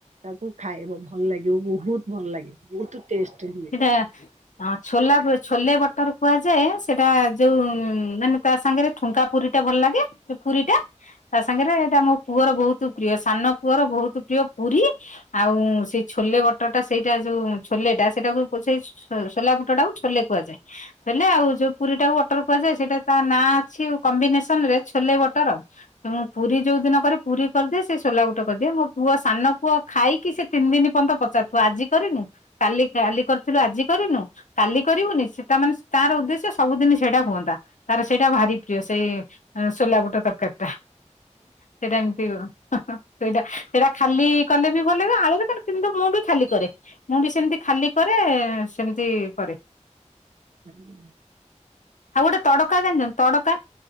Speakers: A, on the right (about 70°); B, on the left (about 85°).
A: ତାକୁ ଖାଇବ, ଭଲ ଲାଗିବ ବହୁତ ଭଲ ଲାଗେ, ବହୁତ ଟେଷ୍ଟ ହୁଏ
B: ହା- ହଁ, ଛୋଲା ଛୋଲେ ବଟର କୁହାଯାଏ, ସେଟା ଯୋଉ ମାନେ ତା ସାଙ୍ଗରେ ଠୁଙ୍କା ପୁରୀଟା ଭଲ ଲାଗେ, ଏ ପୁରୀଟା, ତା ସାଙ୍ଗରେ ଏଇଟା ମୋ ପୁଅର ବହୁତ ପ୍ରିୟ, ସାନ ପୁଅର ବହୁତ ପ୍ରିୟ ପୁରୀ ଆଉ ମୁଁ ସେଇ ଛୋଲେ ବଟରଟା, ସେଇଟା ଯୋଉ ଛୋଲେଟା ସେଟାକୁ ପୋଛେଇ ସୋଲାବୁଟ ଟାକୁ ଛୋଲେ କୁହାଯାଏ, ହେଲେ ଆଉ ଯଉ ପୁରୀ ଟାକୁ ଟର କୁହାଯାଏ, ସେଟା ତା ନାଁ ଅଛି କମ୍ବିନେସନରେ ଛୋଲେ ବଟର ତ ମୁଁ ପୁରୀ ଯୋଉ ଦିନ କରେ ପୁରୀ କରିଦିଏ, ସେ ସୋଲାବୁଟ କରିଦିଏ ମୋ ପୁଅ ସାନ ପୁଅ ଖାଇକି ସେ ତିନିଦିନି ପର୍ଯ୍ୟନ୍ତ ପଚାରୁଥିବ, ଆଜି କରିନୁ, କାଲି କାଲି କରିଥିଲୁ ଆଜି କରିନୁ, କାଲି କରିବୁନି, ସେଟା ମାନେ ତାର ଉଦ୍ଦେଶ୍ୟ ସବୁଦିନ ସେଟା ହୁଅନ୍ତା। ତାର ସେଇଟା ଭାରି ପ୍ରିୟ ସେଇ ସୋଲା ବୁଟ ତରକାରୀଟା। ସେଇଟା ଏମିତି- ହଁ ହଁ ସେଇଟା ସେଇଟା ଖାଲି କଲେ ବି ଭଲ ଲାଗିବ ଆଳୁରେ ପଡ଼ିଲେ, କିନ୍ତୁ ମୁଁ ବି ଖାଲି କରେ ମୁଁ ବି ସେମିତି ଖାଲି କରେ, ସେମିତି କରେ
A: ହୁଁ <inaudible>
B: ଆଉ ଗୋଟେ ତଡକା ଜାଣିଚନ୍ତି, ତଡକା